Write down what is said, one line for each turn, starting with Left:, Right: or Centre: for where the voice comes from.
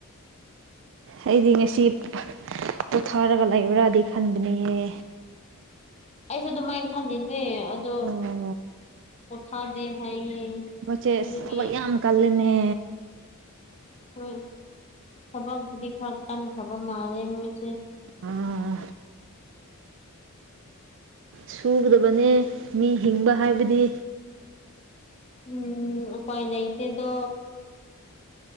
Right: ꯑꯩꯗꯤ ꯉꯁꯤ ꯄꯣꯊꯥꯔꯒ ꯂꯩꯕ꯭ꯔꯥꯗꯤ ꯈꯟꯕꯅꯦꯍꯦ
Left: ꯑꯩꯁꯨ ꯑꯗꯨꯃꯥꯏꯅ ꯈꯜꯂꯤꯅꯦ ꯑꯗꯣ
Right: ꯑꯣ
Left: ꯄꯣꯊꯥꯗꯦ ꯍꯥꯏꯌꯦ
Right: ꯃꯣꯏꯁꯦ
Left: ꯑꯗꯨꯒꯤ
Right: ꯊꯕꯛ ꯌꯥꯝ ꯀꯜꯂꯤꯅꯦ
Left: ꯍꯣꯏ ꯊꯕꯛꯄꯨꯗꯤ ꯈꯔ ꯀꯟꯈ꯭ꯔꯕ ꯃꯥꯜꯂꯦ ꯃꯣꯏꯁꯦ
Right: ꯑꯥ ꯁꯨꯒꯗꯕꯅꯦ ꯃꯤ ꯍꯤꯡꯕ ꯍꯥꯏꯕꯗꯤ
Left: ꯎꯝ ꯎꯄꯥꯏ ꯂꯩꯩꯇꯦꯗꯣ